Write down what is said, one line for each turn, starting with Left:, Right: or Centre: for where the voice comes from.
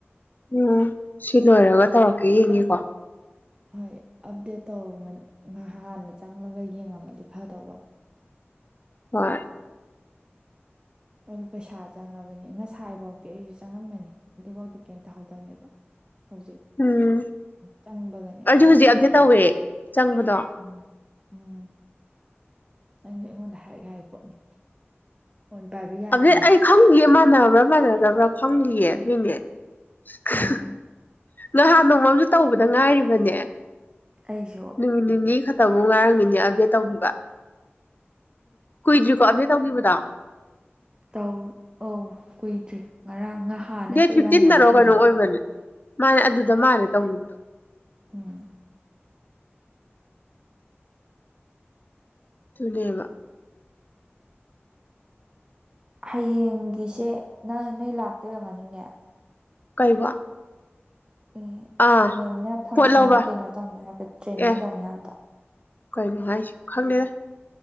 Left: ꯎꯝ ꯁꯤ ꯂꯔꯒ ꯇꯧꯔ ꯌꯦꯡꯉꯤꯀꯣ
Right: ꯑꯩꯅ ꯍꯣꯏ ꯑꯞꯗꯦꯠ ꯇꯧꯔ ꯍꯥꯟꯅ ꯆꯪꯂꯒ ꯌꯦꯡꯉꯝꯃꯗꯤ ꯐꯗꯧꯕ
Left: ꯍꯣꯏ
Right: ꯑꯗꯨ ꯄꯩꯁꯥ ꯆꯪꯉꯕꯅꯤ ꯉꯁꯥꯏꯐꯧꯗꯤꯤ ꯑꯩꯁꯨ ꯆꯪꯉꯝꯕꯅꯤ ꯑꯗꯨꯐꯧꯗꯤ ꯀꯩꯝ ꯇꯧꯍꯧꯗꯕꯅꯦꯕ ꯍꯧꯖꯤꯛꯪ
Left: ꯎꯝ
Right: ꯆꯪꯕꯒꯅꯦ
Left: ꯑꯩꯁꯨ
Right: ꯑꯞꯗꯦꯠ
Left: ꯍꯧꯖꯤꯛ
Right: ꯂꯥꯛꯏ
Left: ꯇꯧꯋꯦ ꯆꯪꯕꯗꯣ
Right: ꯎꯝ ꯎꯝ ꯅꯪꯒꯤ ꯑꯩꯉꯣꯟꯗ ꯍꯥꯏ ꯍꯥꯏꯒꯤ ꯄꯣꯠꯅꯤ ꯄꯥꯏꯕ ꯌꯥꯗ꯭ꯔꯤꯅꯦ
Left: ꯑꯗꯨꯗꯤ ꯑꯩ
Right: ꯍꯥꯏꯕ
Left: ꯈꯪꯈꯤꯌꯦ ꯃꯥꯟꯅꯕ꯭ꯔꯥ ꯃꯥꯟꯅꯗꯕ꯭ꯔꯥ ꯈꯪꯈꯤꯌꯦ ꯑꯗꯨꯏꯅꯦ <unintelligible>
Right: ꯎꯝ
Left: ꯅꯍꯥꯟ ꯅꯣꯡꯃꯝꯁꯨ ꯇꯧꯕꯗ ꯉꯥꯏꯔꯤꯕꯅꯦ
Right: ꯑꯩꯁꯨ
Left: ꯅꯨꯃꯤꯒꯤ ꯇꯧꯕꯕꯨ ꯉꯥꯏꯔꯝꯈꯤꯅꯦ ꯑꯞꯗꯦꯠ ꯇꯧꯕꯤꯕ ꯀꯣꯏꯗꯨꯀꯣꯕꯤ ꯇꯧꯈꯤꯕꯗꯣ
Right: ꯇ ꯑꯧ ꯀꯨꯏꯗ꯭ꯔꯤ ꯉꯔꯥꯡ ꯉꯍꯥꯟ ꯅꯠꯇ꯭ꯔ
Left: ꯗꯦꯠ ꯐꯤꯐꯇꯤꯟꯗꯔꯣ
Right: ꯏꯕꯥꯅꯤ ꯋꯥꯔꯤ ꯁꯥꯟꯅꯕꯗ
Left: ꯀꯩꯅꯣ ꯑꯣꯏꯕꯅꯦ ꯃꯥꯅꯦ ꯑꯗꯨꯗ ꯃꯥꯂꯦ ꯇꯧꯅꯤꯡꯗ
Right: ꯎꯝ
Left: ꯆꯅꯦꯕ
Right: ꯍꯌꯦꯡꯒꯤꯁꯦ ꯅꯪ ꯅꯣꯏ ꯂꯥꯛꯇꯣꯏꯕ ꯉꯥꯅꯤꯡꯅꯦ
Left: ꯀꯩꯕ
Right: ꯑꯦ
Left: ꯑꯥ
Right: ꯃꯦꯝꯅ ꯐꯪꯁꯟ
Left: ꯄꯣꯠ ꯂꯧꯕ
Right: ꯀꯩꯅꯣ ꯇꯧꯅꯤ ꯍꯥꯏꯕ ꯇ꯭ꯔꯦꯅꯤꯡ
Left: ꯑꯦ
Right: ꯇꯧꯅꯤ ꯍꯥꯏꯕꯗꯣ
Left: ꯀꯩꯅꯣ ꯍꯥꯏꯁꯨ ꯈꯪꯗꯦꯅꯦ